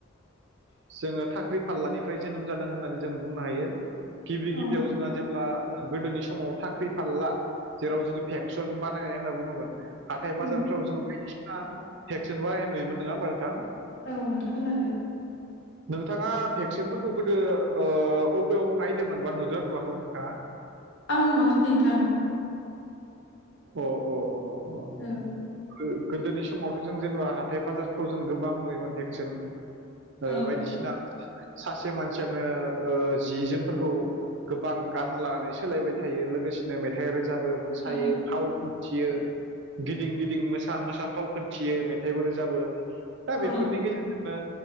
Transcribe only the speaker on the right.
जोङो थाख्रि-फाल्लानिफ्राय जोनोम जादों होननानै जों बुंनो हायो गिबि
गिबियाव जोंहा जेब्ला ओ गोदोनि समाव थाख्रि- फाल्ला जेराव जोङो फेक्सन बानायनाय होनना बुङोमोन। हाथाय-बाजारफ्राव
जोङो बायदिना भेक्सन बानायनाय नुयोमोन नोङा होमबा नोंथां।
नोंथाङा भेक्सनफोरखौ गोदो ओ अबेयाव नायदोमोन बा नुदोना नुवाखैमोन नोंथाङा?
अ अ अ अ।
गो-गोदोनि समावथ' जों जेनेबा हाथाय-बाजारफ्राव जों गोबां नुयोमोन भेक्सन।
ओ बायदिसिना <unintelligible> सासे मानसियानो ओ जि-जोमफोरखौ गोबां गाननो लानाय सोलायबाय थायो लोगोसेनो मेथाइ रोजाबो, मोसायो,
फाव थियो गिदिं- गिदिं मोसा -मोसा फाव खोनथियो मेथाइबो रोजाबो। दा
बेफोरनि गेजेरजोंनो